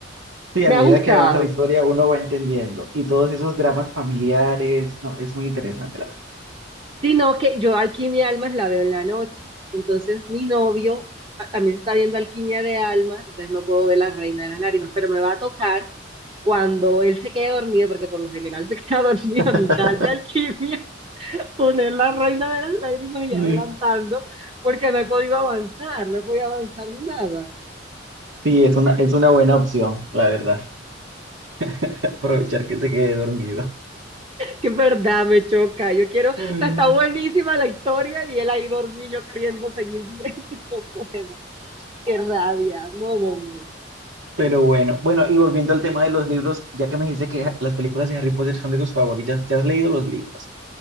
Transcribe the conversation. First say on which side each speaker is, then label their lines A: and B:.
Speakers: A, on the right; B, on the right.
A: sí,
B: me
A: a medida
B: ha gustado.
A: que avanza la historia uno va entendiendo y todos esos dramas familiares, no, es muy interesante, la
B: Sino que yo Alquimia de Almas la veo en la noche, entonces mi novio a- también se está viendo Alquimia de Almas, entonces no puedo ver La Reina de las Lágrimas, pero me va a tocar cuando él se quede dormido, porque por lo general se <laughs> queda dormido
A: verdad.
B: a mitad de alquimia,
A: <laughs>
B: poner la reina de las lágrimas y
A: Sí,
B: adelantando, porque no he podido avanzar, no he podido avanzar nada.
A: Sí, es una, es una buena opción, la verdad, <laughs> aprovechar que se quede dormido.
B: Que en verdad me choca, yo quiero, o
A: Mm.
B: sea, está buenísima la historia y él ahí dormido, yo queriendo seguir viendo, <laughs> no puedo. Qué rabia, no, no, no.
A: Pero bueno, bueno, y volviendo al tema de los libros, ya que me dijiste que ha- las películas de Harry Potter son de tus favoritas, ¿te has leído los libros?